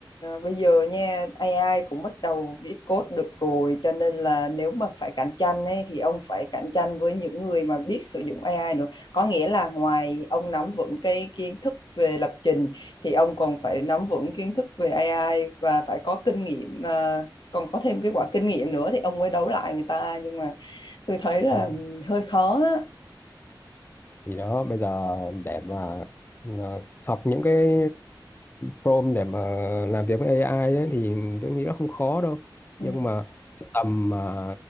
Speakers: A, on the left (about 70°); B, on the left (about 25°).
A: bây giờ nha AI cũng bắt đầu viết code được rồi cho nên là nếu mà phải cạnh tranh ấy thì ông phải cạnh tranh với những người mà biết sử dụng AI nữa có nghĩa là ngoài ông nắm vững cái kiến thức về lập trình thì ông còn phải nắm vững kiến thức về AI và phải có kinh nghiệm à, còn có thêm cái quả kinh nghiệm nữa thì ông mới đấu lại người ta nhưng mà tôi thấy là
B: Ừ.
A: hơi khó á
B: Thì đó bây giờ để mà mà học những cái prompt để mà làm việc với AI ấy, thì tôi nghĩ nó không khó đâu
A: ừ.
B: nhưng mà cái tầm mà